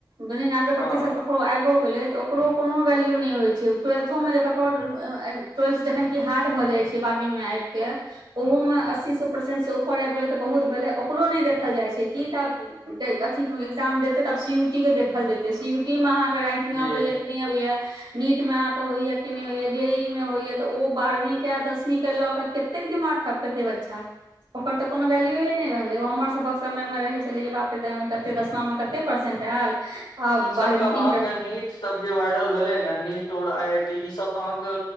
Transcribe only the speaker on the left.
हँ
जी
ई सब
तऽ अहाँके
नीट सब जे वायरल भेले ने नीट और आई आई टी ई सब तऽ अहाँके